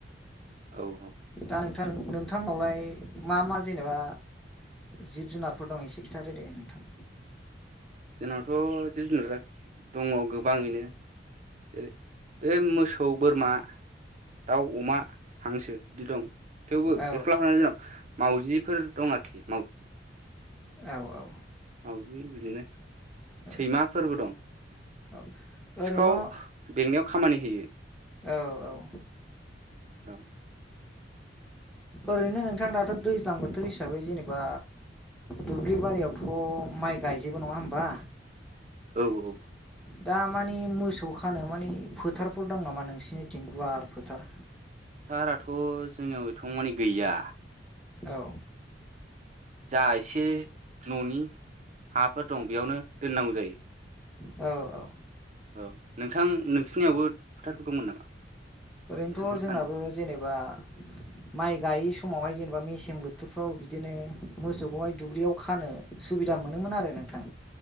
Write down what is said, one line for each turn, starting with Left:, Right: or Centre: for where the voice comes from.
Right: औ औ।
Centre: दा नोंथां नोंथांनावलाय मा मा जेनेबा जिब-जुनारफोर दं एसे खिथादो दे नोंथां।
Right: जोंनावथ' जिब-जुनारा दङ गोबाङैनो। ए बे मोसौ, बोरमा दाउ, अमा, हांसो बिदि दं। थेवबो
Centre: औ
Right: बेखौ लाफानानै जोंनाव मावजिफोर दं आरोखि माव
Centre: औ औ।
Right: मावाजि बिदिनो
Centre: औ
Right: सैमा फोरबो दं।
Centre: औ
Right: सिखाव
Centre: ओरैन' औ
Right: बेंनायाव खामानि होयो
Centre: औ औ औ।
Right: औ
Centre: ओरैनो नोंथां दाथ' दैज्लां बोथोर हिसाबै जेनेबा दुब्लि बारियावथ' माइ गायजोबो नङा होमबा
Right: औ औ
Centre: दा मानि मोसौ खानो माने फोथारफोर दं नामा नोंसिनिथिं गुवार फोथार
Right: टाराथ' जोंनियाव एथबांमानि गैया
Centre: औ
Right: जा एसे न'नि हाफोर दं बेयावनो दोननांगौ जायो
Centre: औ औ
Right: औ नोंथां नोंसिनियावबो फोथारफोर दंमोन नामा
Centre: ओरैनोथ'
Right: मोसौफोर
Centre: जोंनाबो
Right: खानो
Centre: जेनेबा
Right: <inaudible>
Centre: माइ गायै समावहाय जेनेबा मेसें बोथोरफ्राव बिदिनो मोसौखौहाय दुब्लियाव खानो सुबि दा मोनोमोन आरो नोंथां